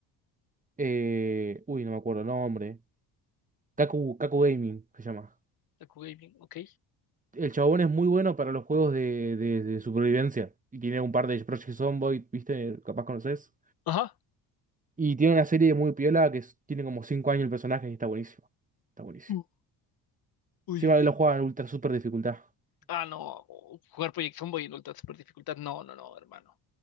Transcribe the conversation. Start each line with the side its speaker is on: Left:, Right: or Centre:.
Right: eh, uy, no me acuerdo el nombre. Kaku, Kaku Gaming se llama.
Left: Taku Gaming, ok.
Right: El chabón es muy bueno para los juegos de, de, de supervivencia. Y tiene un par de Project Zomboid, ¿viste? Capaz conoces.
Left: Ajá.
Right: Y tiene una serie muy piola que es- tiene como 5 años el personaje y está buenísimo. Está buenísimo.
Left: u- Uy,
Right: Sí, vale,
Left: uy, uy.
Right: lo juega en ultra super dificultad.
Left: Ah, no. Jugar Project Zomboid en ultra super dificultad. No, no, no, hermano.